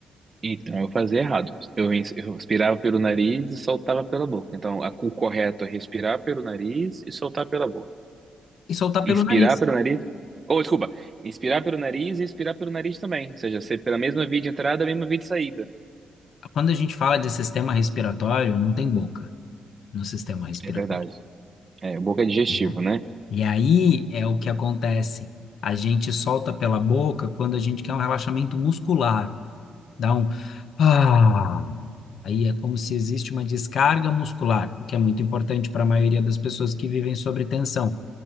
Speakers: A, on the right; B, on the left.
A: Então, eu fazia errado. Eu, ins- eu expirava pelo nariz e soltava pela boca. Então, a, o correto é respirar pelo nariz e soltar pela boca.
B: E soltar
A: Inspirar
B: pelo nariz.
A: pelo nariz? Ou, desculpa, inspirar pelo nariz e expirar pelo nariz também. Ou seja, ser pela mesma via de entrada, a mesma via de saída.
B: Quando a gente fala de sistema respiratório, não tem boca. no sistema respiratório.
A: É verdade. É, boca é digestivo,
B: né?
A: né?
B: E aí é o que acontece. A gente solta pela boca quando a gente quer um relaxamento muscular. Dá um. Ah, aí é como se existe uma descarga muscular, o que é muito importante para a maioria das pessoas que vivem sob tensão.